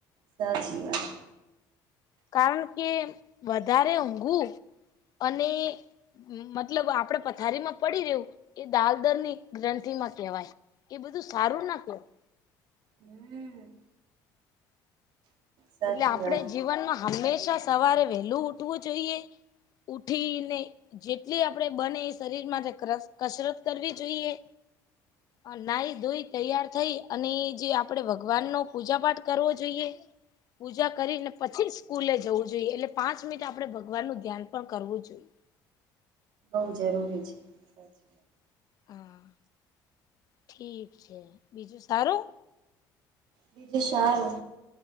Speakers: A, on the right; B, on the left.
A: સાચી વાત
B: કારણ કે વધારે ઊંઘવુ અને મતલબ આપડે પથારી માં પડી રહ્યું એ દાલદર ની ગ્રંથિ માં કેહેવાય એ બધું સારું ના કેવા
A: હમ સાચી
B: એટલે આપડે
A: વાત
B: જીવનમાં હંમેશા સવારે વહેલું ઉઠવું જોઈએ. ઉઠીને જેટલી આપડે બને એ શરીર માં કસરત કરવી જોઈએ.
A: <inaudible>
B: અન નાહી ધોઈ તૈયાર થઈ અને જે આપડે ભગવાન નો પૂજા પાઠ કરવો જોઈએ. પૂજા કરીને પછી સ્કૂલે જવું જોઈએ એટલે પાંચ મિનિટ આપણે ભગવાનનુ ધ્યાન પણ કરવું જોઈએ.
A: બોવ જરૂરી છે. <inaudible>
B: હા ઠીક છે બીજું સારું?
A: બીજુ સારુ.